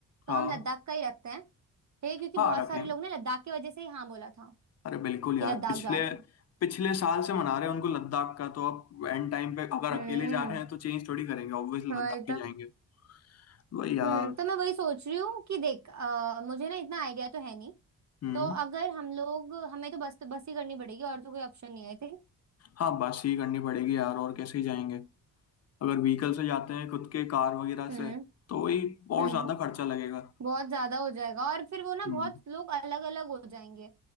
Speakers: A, on the right; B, on the left.
A: तो
B: हाँ
A: हम लद्दाख का ही रखते हैं ठीक है क्योंकि
B: हाँ
A: बहुत
B: रखेंगे
A: सारे लोग ने लद्दाख की वजह से ही हाँ बोला था
B: अरे बिल्कुल यार
A: कि लद्दाख
B: पिछले
A: जा रहे हैं
B: पिछले साल से मना रहे हैं उनको लद्दाख का तो अब एंड टाइम पे अगर
A: हम्म
B: अकेले जा रहे हैं तो चेंज थोड़ी करेंगे ऑब्वियसली
A: वही
B: लद्दाख ही
A: तो
B: जाएंगे वही यार
A: हम्म तो मैं वही सोच रही हूँ कि देख अ, मुझे ना इतना आइडिया तो है नहीं
B: हम्म
A: तो अगर हम लोग हमें तो बस बस ही करनी पड़ेगी और तो कोई ऑप्शन नहीं है आई थिंक
B: हाँ बस ही करनी पड़ेगी यार और कैसे ही जाएंगे अगर व्हीकल से जाते हैं खुद के कार वगैरह
A: हम्म
B: से तो वही और
A: हम्म
B: ज्यादा खर्चा लगेगा
A: बहुत ज्यादा हो जाएगा और फिर वो ना
B: हम्म
A: बहुत लोग अलग अलग हो जाएंगे